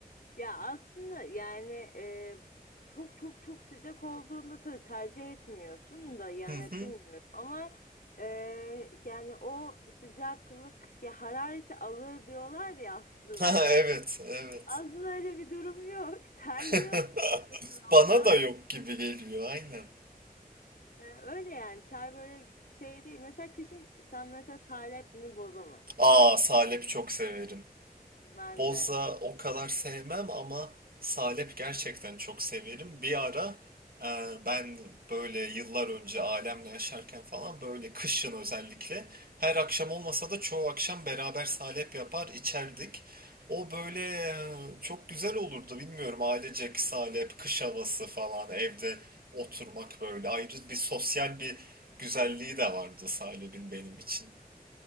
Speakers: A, on the left; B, on the right.
A: Ya aslında yani e, çok çok çok sıcak olduğunda tabii tercih etmiyorsun da yani
B: Hı hı.
A: bilmiyorum
B: <laughs>
A: ama e, yani o sıcaklık ya harareti alır diyorlar ya aslında.
B: Ha, evet evet.
A: Aslında öyle bir durum yok. <laughs> Terliyorsun
B: <laughs>
A: arka taraftan.
B: Bana da yok gibi geliyor aynen.
A: E, öyle yani ter böyle şey değil. Mesela kışın sen mesela salep mi boza mı?
B: Aa
A: Yani
B: salep çok severim.
A: ben
B: Boza
A: de.
B: o kadar sevmem ama salep gerçekten çok severim. Bir ara e, ben böyle yıllar önce ailemle yaşarken falan böyle kışın özellikle her akşam olmasa da çoğu akşam beraber salep yapar içerdik. O böyle e, çok güzel olurdu bilmiyorum ailecek salep, kış havası falan evde oturmak böyle ayrı bir sosyal bir güzelliği de vardı salep'in benim için.